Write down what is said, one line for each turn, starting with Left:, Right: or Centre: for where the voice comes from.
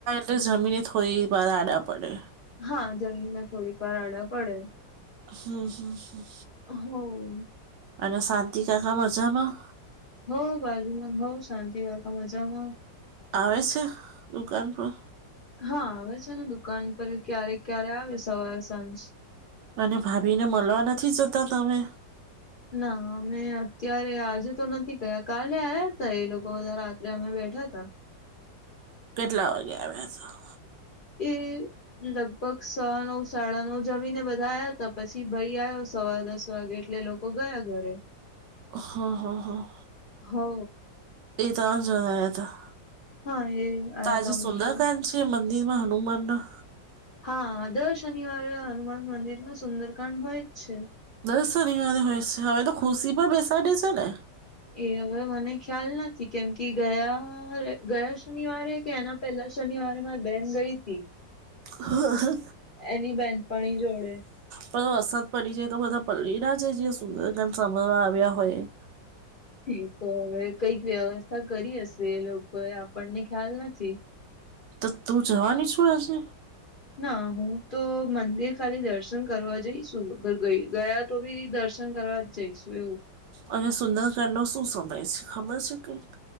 Right: તો જમીને થોડી વાર આડા પડે.
Left: હા જમીને થોડીક વાર અડા પડે.
Right: હમ્મ હમ્મ હમ્મ
Left: હઊ
Right: અને શાંતિ કાકા મજામાં?
Left: હો બાજુમાં હો શાંતિ કાકા મજામાં.
Right: આવે છે દુકાન પર?
Left: હા આવે છે ને દુકાન પર ક્યારેક ક્યારે આવે સવારે સાંજ
Right: અને ભાભીને મલવા નથી જતા તમે?
Left: ના અમે અત્યારે આજે તો નથી ગયા કાલે આવ્યા તા એ લોકો બધા રાત્રે અમે બેઠા હતા.
Right: કેટલા વાગે આવ્યા હતા.
Left: એ લગભગ સવા નવ સાડા નવ જમી ને બધા આવ્યા હતા. પછી ભાઈ આવયો સવા દસ વાગે એટલે લોક ગયા ઘરે
Right: હ હ હા.
Left: હો
Right: એ ત્રણ જણ આયા તા.
Left: હા એ આયા
Right: તો આજે
Left: તા મોટા
Right: સુંદરકાંડ છે મંદિર માં હનુમાન ના
Left: હા દર શનિવારે હનુમાન મંદિર માં સુંદરકાંડ હોય જ છે
Right: દસ શનિવારે હોય છે? હવે તો ખુરશી મા બેસાડે છે ને!
Left: એ હવે મને ખ્યાલ નથી. કેમ કે ગયા ગયા શનિવારે કે, એના... પેલા શનિવારે મારી બેન ગઈ હતી.
Right: હા
Left: એની બેનપણી જોડે
Right: પણ વરસાદ પડી જાય તો બધા પલડી ના જાય જે સુંદરકાંડ સાંભળવા આવ્યા હોય એ
Left: એતો હવે કંઈક વ્યવસ્થા કરી હશે એ લોકો એ આપણને ખ્યાલ નથી.
Right: તો તું જવાની છે? આજે.
Left: ના, હું તો મંદિર ખાલી દર્શન કરવા જઈશ. અગર ગયા તો ભી દર્શન કરવા. જઈશું એવું.
Right: અને સુંદરકાંડ નો શું સમય છે? ખબર છે કંઈ?